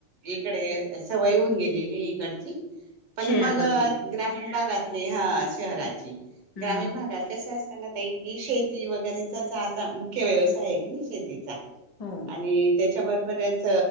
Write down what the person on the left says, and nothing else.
शहराकडचे
हम्म
हो